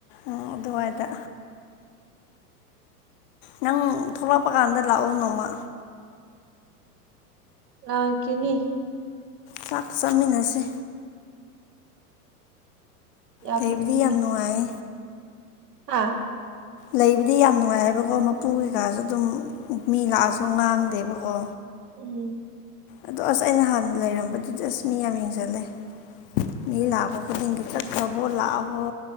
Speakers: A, on the left (about 40°); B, on the right (about 80°).
A: ꯎ ꯑꯗꯨꯋꯥꯏꯗ ꯅꯪ ꯊꯣꯛꯂꯛꯄ ꯀꯥꯟꯗ ꯂꯥꯛꯑꯣ ꯅꯣꯡꯃ
B: ꯂꯥꯛꯀꯦꯅꯤ
A: ꯆꯥꯛ ꯆꯥꯃꯤꯟꯅꯁꯦ
B: ꯌꯥꯝ
A: ꯂꯩꯕꯗꯤ
B: ꯅꯣꯛꯅꯤꯡꯒꯦ
A: ꯌꯥꯝ ꯅꯨꯡꯉꯥꯏ
B: ꯑꯥ
A: ꯂꯩꯕꯗꯤ ꯌꯥꯝ ꯅꯨꯡꯉꯥꯏ ꯍꯥꯏꯕꯀꯣ ꯃꯄꯨ ꯀꯩꯀꯥꯁꯨ ꯑꯗꯨꯝ ꯃꯤ ꯂꯥꯛꯑꯁꯨ ꯉꯥꯡꯗꯦꯕꯀꯣ
B: ꯎꯝ
A: ꯑꯗꯣ ꯑꯁ ꯑꯩꯅ ꯍꯥꯟꯅ ꯂꯩꯔꯝꯕꯗꯨꯗꯤ ꯑꯁ ꯃꯤ ꯌꯥꯝ ꯌꯦꯡꯁꯤꯜꯂꯦ ꯃꯤ ꯂꯥꯛꯄ ꯈꯨꯗꯤꯡꯒꯤ ꯆꯠꯈ꯭ꯔꯕꯣ ꯂꯥꯛꯑꯕꯣ